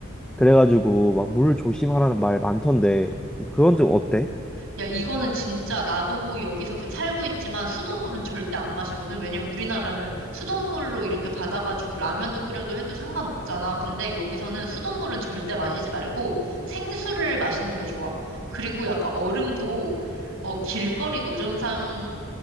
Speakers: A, in the centre; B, on the right.
A: 그래가지고 막 물 조심하라는 말 많던데 그건 좀 어때?
B: 야, 이거는 진짜 나도 여기서 게- 살고 있지만 수돗물은 절대 안 마시거든. 왜냐면 우리나라는 수돗물로 이렇게 받아가지고 라면도 끓여도 해도 상관없잖아. 근데 여기서는 수돗물은 절대 마시지 말고 생수를 마시는 게 좋아. 그리고 약간 얼음도 어, 길거리 노점상에